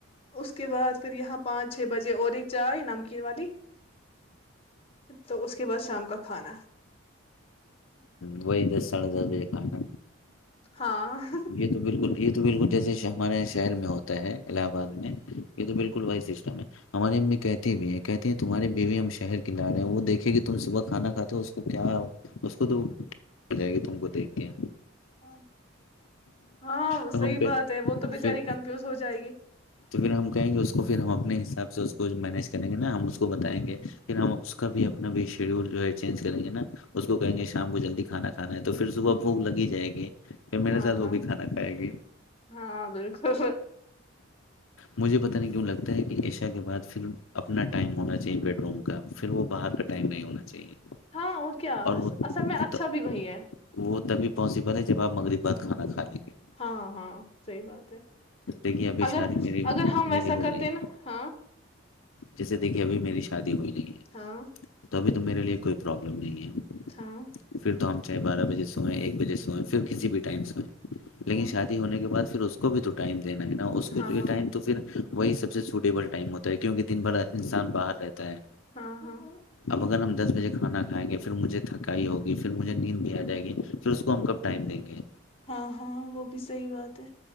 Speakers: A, on the left; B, on the left.
A: اس کے بعد پھر یہاں پانچ چھ بجے اور ایک چائے نمکین والی تو اس اس کے بعد شام کا کھانا
B: ہ وہی دس ساڑھے دس بجے کاںٹا
A: ہاں
B: یہی تو بالکل یہ تو بالکل جیسے ہمارےاں شہر میں ہوتا ہے الہ آباد میں یہ تو بالکل بی سسٹم ہے ہماری امی کہتی بھی ہیں کہتی ہیں تمہاری بیوی ہم شہر ک لا رہے ہیں وہ دیکھے گ تم صبح کھانا کھاتے ہو اس کو کیا اس کو جائے گی تم کو دیکھ کے
A: اورن ہاں
B: تو
A: صحی
B: ہم کہتے
A: بات ہے وہ تو بچاری
B: پھر
A: کمفیوز ہو جائے گی
B: تو پھر ہم کہیں گے اس کو پھر ہم اپنے حساب سے اس کو جو مینیج کریں گے نا ہم اس کو بتائیں گے پھر ہم اس کا بھی اپنا بھی شیڈیول جو ہے چینج کریں گے نا اس کو کہیں گے شام کو جلدی کھانا کھانا تو پھر صبح بھوک لگ ہی جائے گی پ میرے
A: ہاں
B: ساتھ وہ
A: ہاں
B: بھی کھانا کھائے گی
A: ہاں بالکل
B: مجھے پتاہ نہیں کیوں لگتا ہے کہ ایشا کے بعد پھر اپنا ٹائم ہونا چاہیے بیڈ روم کا پھر وہ باہر کا ٹائم نہیں ہونا چاہیے
A: ہاں اور کیا
B: وہ
A: اصل میں
B: وہ
A: اچھا
B: ت-
A: بھی وہی ہے
B: وہ تبھی پاسبل ہے جب آپ مغرب بات کھانا کھا لیں گے
A: ہاں ہاں صحی بات ہے
B: دیکھیے ابھی
A: اگر
B: شادی میری ہو-
A: اگر ہم ویسا
B: میری ہوئی
A: کرتے
B: نہیں
A: ہیں نا ہاں
B: جیسے دیکھیے ابھی میری شادی ہوئی نہیں ہے
A: ہاں
B: تو ابھی تو میرے لیے کوئی پروابلم نہیں ہے
A: ہاں
B: پھر تو ہم چاہے بارہ بجے سوئیں ایک بجے سوئیں پھر کسی بھی ٹائم سوئیں لیکن
A: ہاں
B: شادی ہونے کے بعد پھر اس کو بھی تو ٹائم <unintelligible> دینا ہے نا اس کو
A: ہاں
B: جو
A: ہاں
B: ٹائم تو پھر وہی سب سے سوٹیبل ٹائم ہوتا ہے تو کیونکہ دن بھر انسان باہر رہتا ہے
A: ہاں ہاں
B: اب اگر ہم دس بجے کھانا کھائیں گے پھر مجھے تھکائی ہوگی پھر مجھے نیند بھی آ جائے گی پھر اس کو ہم کب ٹائم دیں گے
A: ہاں ہاں وہ بھی صحیح بات ہے